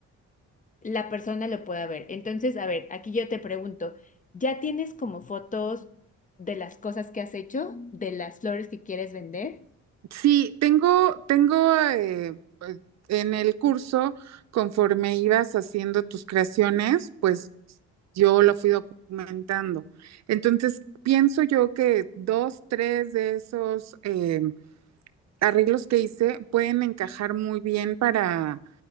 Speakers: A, on the left; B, on the right.
A: la persona lo pueda ver. Entonces, a ver, aquí yo te pregunto, ¿ya tienes como fotos de las cosas que has hecho, de las flores que quieres vender?
B: Sí, tengo, tengo eh, pues, en el curso, conforme ibas haciendo tus creaciones, pues yo lo fui documentando. Entonces, pienso yo que dos, tres de esos eh, arreglos que hice pueden encajar muy bien para